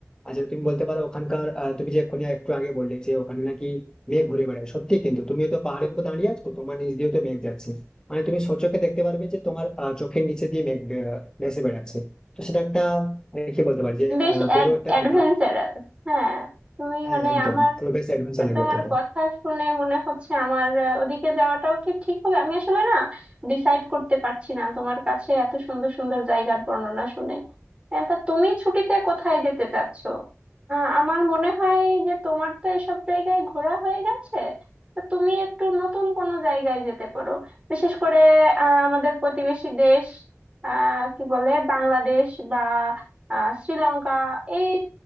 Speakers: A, on the left; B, on the right.
A: আর যেটা তুমি বলতে পারো ওখানকার আহ, তুমি যে এক্ষুনি একটু আগে বললে যে ওখানে নাকি মেঘ ঘুরে বেড়ায় সত্যি কিন্তু তুমি তো পাহাড়ের উপর দাঁড়িয়ে আছো তোমার নিচ দিয়ে তো মেঘ যাচ্ছে মানে তুমি সচক্ষে দেখতে পারবে যে তোমার আহ, চোখের নিচে দিয়ে মেঘ আহ, ভেসে বেড়াচ্ছে তো সেটা একটা রেখে বলতে পারি যে
B: বেশ
A: আহ, বড় একটা
B: অ্যাডভেঞ্চারাল
A: দেখা
B: হ্যাঁ তুমি
A: হ্যাঁ
B: মানে
A: একদম
B: আমার
A: পুরো বেশ অ্যাডভেঞ্চার
B: আর
A: লাগবে
B: তোমার
A: তখন
B: কথা শুনে মনে হচ্ছে আমার আহ, ওদিকে যাওয়াটাও কি ঠিক হবে আমি আসলে না ডিসাইড করতে পারছি না তোমার কাছে এত সুন্দর সুন্দর জায়গার বর্ণনা শুনে আহ, তা তুমি ছুটিতে কোথায় যেতে চাচ্ছো আহ, আমার মনে হয় যে তোমার তো এসব জায়গায় ঘোরা হয়ে গেছে তো তুমি একটু নতুন কোনো জায়গায় যেতে পারো বিশেষ করে আহ, আমাদের প্রতিবেশী দেশ আহ কি বলে বাংলাদেশ বা আহ, শ্রীলঙ্কা এই